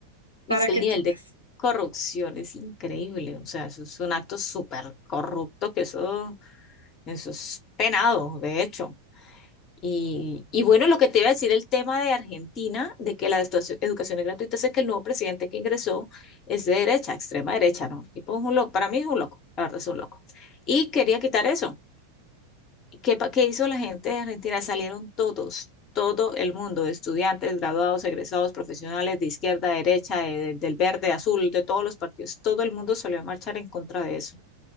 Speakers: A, on the left; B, on the left.
A: Para
B: Y es que
A: que
B: el nivel
A: tú veas.
B: de corrupción es increíble, o sea, eso es un acto súper corrupto que eso, eso es penado, de hecho. Y, y bueno, lo que te iba a decir el tema de Argentina, de que la estuaci- educación es gratuita, es que el nuevo presidente que ingresó es de derecha, extrema derecha, ¿no? Tipo es un loco, para mí es un loco, la verdad es un loco. Y quería quitar eso. ¿Y ¿Qué, pa- qué hizo la gente de Argentina? Salieron todos, todo el mundo, estudiantes, graduados, egresados, profesionales de izquierda, derecha, de- del verde, azul, de todos los partidos, todo el mundo salió a marchar en contra de eso.